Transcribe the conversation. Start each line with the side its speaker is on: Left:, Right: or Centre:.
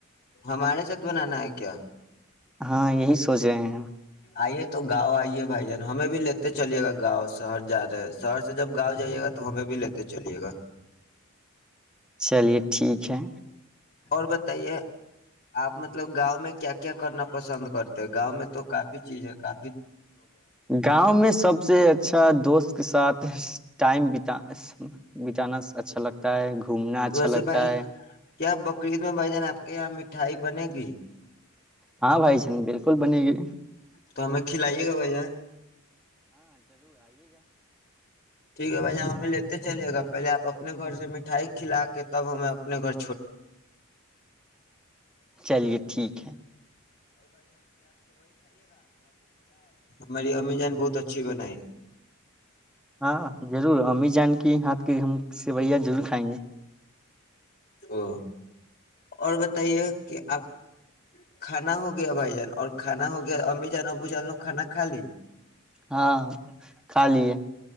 Left: ہمارے ساتھ بنانا ہے کیا
Centre: ہاں یہی سوچ رہے ہیں <inaudible> <inaudible>
Left: آئیے تو گاؤں آئیے بھائی جان ہمیں بھی لیتے چلیے گا سر جا رہا ہے سر سے جب گاؤ جائیے گا تو ہمیں بھی لیتے چلیے گا
Centre: چلیے ٹھیک ہے
Left: اور بتائیے اپ مطلب گاؤں میں کیا کیا کرنا پسند کرتے ہیں گاؤں میں تو کافی چیزیں کا
Centre: گاؤں میں سب سے اچھا دوست سات ٹائم بتانا اچھا لگتا اچھا
Left: ویسے
Centre: لگتا
Left: بھائی
Centre: ہے
Left: کیا بکری میں بھائی جان اپ کی مٹھائی بنے گی
Centre: ہاں بھائی جان بالکل بنے گی
Left: تو ہمیں کھلائیے گا بھائی جان ٹھیک ہے میں یہاں پہ لیتے چلے گا پہلے اپ اپنے گھر سے مٹھائی کھلا کے تب ہمیں اپنے گھر
Centre: چلیے ٹھیک ہے
Left: میری امی جان بہت اچھی بنائی ہے
Centre: ہاں ضرور امی جان کی ہات کہ ہم سوئیاں ضرور کھائیں گے
Left: او اور بتائیے کہ آپ کھانا ہو گیا بھائی جان اور کانا ہو گیا امی جان ابو جان لو کانا کالی
Centre: ہاں خالی ہے